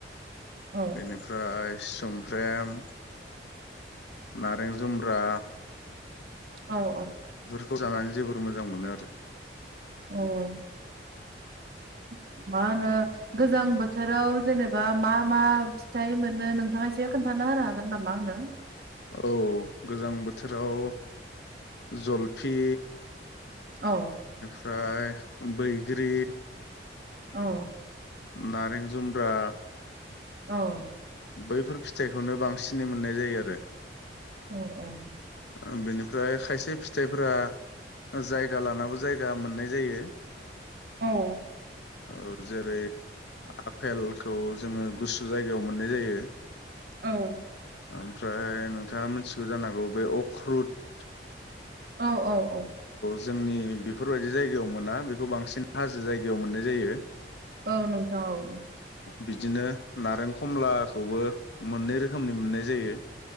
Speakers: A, on the right (about 55°); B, on the left (about 75°).
A: औ
B: बेनिफ्राय सफ्रेम नारें जुम्ब्रा
A: औ औ
B: खौ जानानै जोबोर मोजां मोनो आरो
A: औ <inaudible> मा होनो गोजां बोथोराव जेनेबा मा मा फिथाइ मोनो नोंथाङायसो खोन्था होनो हागोन नामा आंनो
B: औ गोजां बोथोराव जलफि
A: औ
B: ओमफ्राय बैग्रि
A: औ
B: नारें जुमब्रा
A: औ
B: बैफोर फिथाइखौनो बांसिनै मोननाय जायो आरो
A: औ औ
B: ओ बेनिफ्राय खायसे फिथाइफोरा जायगा लानाबो जायगा मोननाय जायो
A: औ
B: औ जेरै आफेलखौ जोङो गुसु जायगायाव मोननाय जायो
A: औ
B: ओमफ्राय नोंथाङा मिथिगौ जानांगौ बे ख्रुद
A: औ औ औ
B: जोंनि बेफोरबायदि जायगायाव मोना खौ बांसिन हाजो जायो बेयाव मोननाय जायो
A: औ नोंथां औ
B: बिदिनो नारें खमलाखौबो मोननै रोखोमनि मोननाय जायो